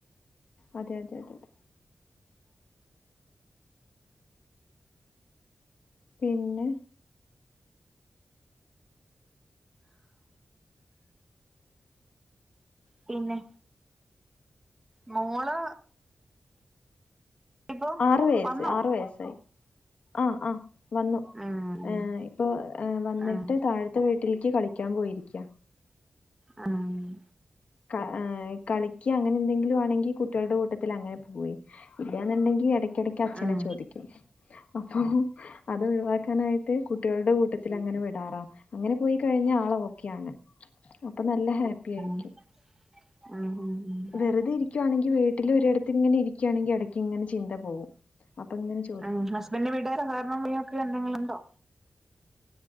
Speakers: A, on the left; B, on the right.
A: അതെ അതെ അതെ അതെ പിന്നെ
B: പിന്നെ മോള് ഇപ്പൊ
A: ആറു വയസ്സ്
B: വന്നോ
A: ആറു വയസ്സായി ആഹ് ആഹ് വന്നു
B: ഉം
A: ഏഹ് ഇപ്പോ വന്നിട്ട്
B: ഉം
A: താഴ ത്ത വീട്ടിൽക്ക് കളിക്കാൻ പോയിരിക്ക
B: ആഹ്
A: ക ഏഹ് കളി ക്ക്യാ അങ്ങനെ എന്തെങ്കിലും ആണെങ്കി കുട്ടികളുടെ കൂട്ടത്തിൽ അങ്ങനെ പോയി ഇല്ലാന്നെണ്ടെങ്കി ഇടയ്ക്കിടയ്ക്ക് അച്ഛനെ
B: ഉം
A: ചോദി ക്കും അപ്പൊ അത് ഒഴിവാക്കാനായിട്ട് കുട്ടികളുടെ കൂ ട്ടത്തിലങ്ങനെ വിടാറാ അങ്ങനെ പോയി കഴിഞ്ഞ ആള് ഓക്കെയാണ് അപ്പൊ നല്ല ഹാപ്പി ആയി
B: ആഹ് ആഹ് ആഹ്
A: വെറുതെ ഇരിക്കുവാണെങ്കി വീട്ടിൽ ഒരിടത്ത് ഇങ്ങനെ ഇരിക്കാണെങ്കി എടക്ക് ഇങ്ങനെ ചിന്ത പോവും അപ്പൊങ്ങിനെ ചോ
B: ആഹ് ഹസ്ബൻന്റെ വീട്ടാര് <unintelligible> ഇയാക്ക് എന്തെങ്കിലും ഉണ്ടോ